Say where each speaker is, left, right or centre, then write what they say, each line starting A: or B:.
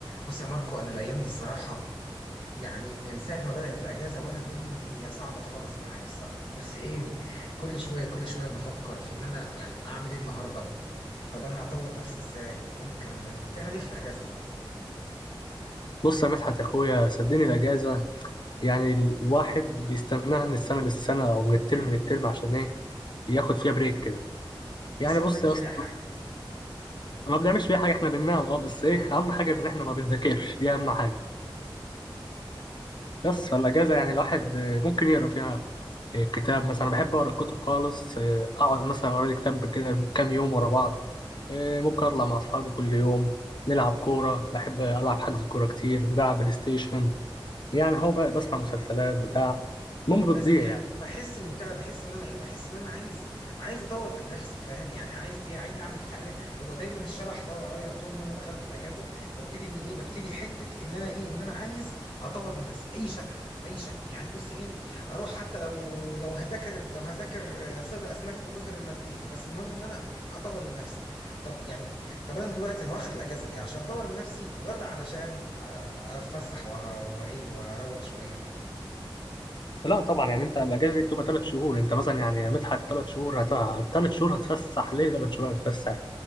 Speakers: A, on the left; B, on the left.
A: بص يا ماركو انا الايام دي الصراحه يعني من ساعه ما بدات الاجازه وانا الدنيا صعبه خالص معايا الصراحه بس ايه كل شويه كل شويه بفكر في ان انا يعني اعمل ايه النهارده طب انا هطور نفسي ازاي طب انا الكلام ده انت بتعمل ايه في الاجازه يا ماركو
B: بص يا مدحت يا اخويا صدقني الاجازه يعني الواحد بيستناها من السنه للسنه او من الترم للترم عشان ايه ياخد فيها بريك كده
A: بس
B: يعني
A: ما
B: بص
A: بنعملش
B: يا اسطى
A: فيها حاجه
B: أنا ما بنعملش فيها حاجه احنا بننام اه بس ايه اهم حاجه ان احنا ما بنذاكرش دي اهم حاجه بس فالاجازه يعني الواحد آه، ممكن يقرا فيها آه، كتاب مثلا أنا بحب اقرا الكتب خالص آه، اقعد مثلا اقرا لي كتاب كده كام يوم ورا بعض آه، ممكن اطلع مع اصحابي كل يوم نلعب كوره بحب العب حجز كوره كتير بلعب بلاي ستيشن يعني هو بقى بسمع مسلسلات بتاع المهم
A: بس
B: بتضيع
A: يعني
B: يعني
A: بحس اني بتاع ده، بحس ان انا ايه بحس ان انا عايز عايز اطور من نفسي فاهم يعني عايز ايه عايز اعمل حاجه هو دايما الشبح ده ورايا طول ما انا دخلت الاجازه ببتدي اني ايه ببتدي حته ان انا ايه ان انا عايز اطور من نفسي باي شكل اي شكل يعني بص ايه اروح حتى لو لو هذاكر لو هذاكر صيد الاسماك في جزر المالديف بس المهم ان انا اطور من نفسي طب يعني طب انا دلوقتي انا واخد الاجازه دي عشان اطور من نفسي ولا علشان أ- اتفسح وه- وايه واروق شويه
B: لا طبعا يعني انت الاجازه دي بتبقى ثلاث شهور انت مثلا يعني يا مدحت ثلاث شهور هت... ثلاث شهور هتفسح ليه ثلاث شهور هتفسح